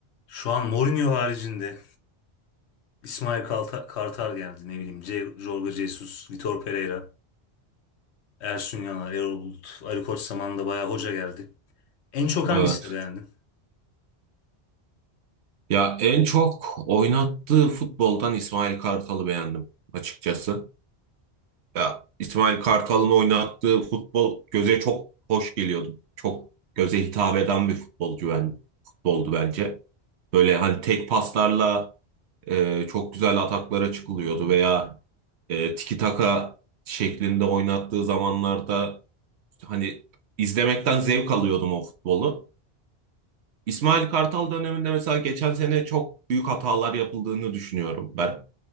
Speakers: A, on the left; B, on the right.
A: Şu an Mourinho haricinde İsmail Kalta- Kartal geldi. Ne bileyim C Jorge Jesus, Vitor Pereira, Ersun Yanal, Erol Bulut, Ali Koç zamanında bayağı hoca geldi. En çok hangisini
B: Evet.
A: beğendin?
B: Ya en çok oynattığı futboldan İsmail Kartal'ı beğendim açıkçası. Ya İsmail Kartal'ın oynattığı futbol göze çok hoş geliyordu. Çok göze hitap eden bir futbolcu ben, futboldu bence. Böyle hani tek paslarla e, çok güzel ataklara çıkılıyordu veya e, tiki taka şeklinde oynattığı zamanlarda hani izlemekten zevk alıyordum o futbolu. İsmail Kartal döneminde mesela geçen sene çok büyük hatalar yapıldığını düşünüyorum ben.